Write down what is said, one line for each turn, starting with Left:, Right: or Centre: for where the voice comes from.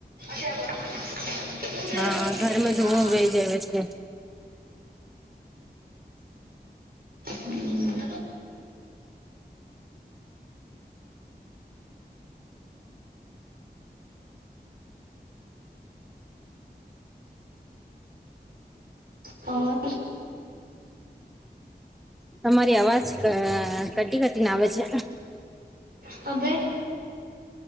Right: હ આો તંધરો
Centre: હા
Right: બીજે
Centre: ઘરમાં ધુઓ
Right: હ <unintelligible>
Centre: વહી જાય છે.
Right: હમ. હા.
Centre: તમારી અવાજ કટી કટી ના આવે છે.
Right: તબ <unintelligible>